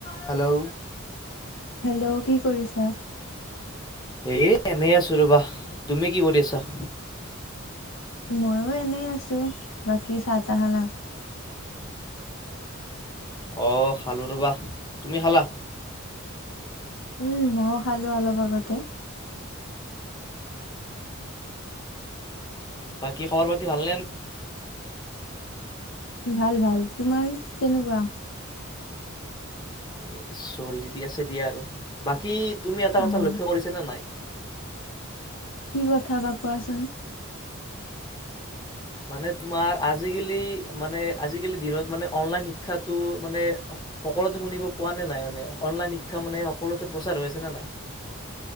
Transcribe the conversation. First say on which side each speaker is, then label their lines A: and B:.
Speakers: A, on the left; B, on the left.
A: Hello
B: hello কি কৰিছা
A: এ এনেই আছো ৰবা তুমি কি কৰি আছা
B: ময়ো এনে আছো বাকী চাহ তাহ খালা
A: অ খালো ৰবা তুমি খালা
B: উম ম খালো অলপ আগতে
A: বাকী খবৰ পাতি ভাল নে
B: ভাল ভাল তোমাৰ কেনেকুৱা
A: এ চলি দি আছে দিয়া আৰু বাকী তুমি এটা
B: অ'
A: কথা লক্ষ্য কৰিছা নে নাই
B: কি কথা বা কোৱাচোন
A: মানে তোমাৰ আজিকালি মানে আজিকালি দিনত মানে অনলাইন শিক্ষাটো মানে সকলোতে শুনিব পোৱা নে নাই মানে অনলাইন শিক্ষা মানে সকলোতে প্ৰচাৰ হৈ আছে ন নাই